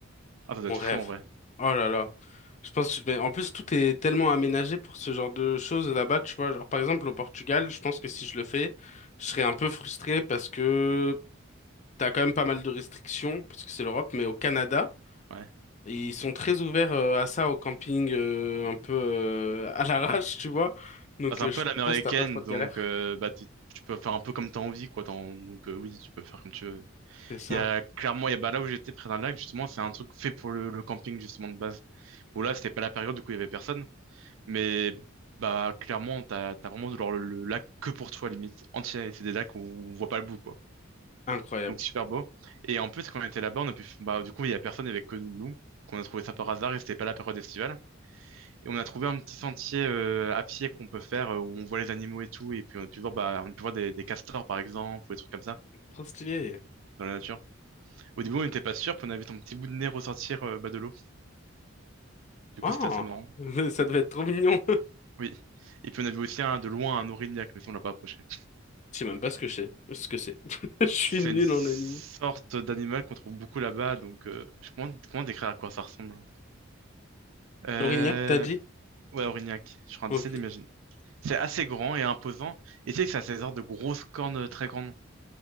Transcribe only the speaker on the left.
On
rêve.
Oh là là. Je pense que mais en plus tout est tellement aménagé pour ce genre de choses là-bas, tu vois. Genre par exemple au Portugal, je pense que si je le fais, je serais un peu frustré parce que t'as quand même pas mal de restrictions, parce que c'est l'Europe, mais au Canada.
Ils sont très ouverts euh, à ça au camping, euh, un peu euh, à l'arrache, tu vois. Donc,
euh,
je
pense que t'as pas trop de
galères.
C'est ça.
Incroyable.
Trop stylé.
Oh,
<laughs> ça devait être trop mignon. <laughs>
Je sais même pas ce que c'est. Ce que c'est. <laughs> Je suis
nul
en animaux.
L'Orignac, t'as dit?
Ok.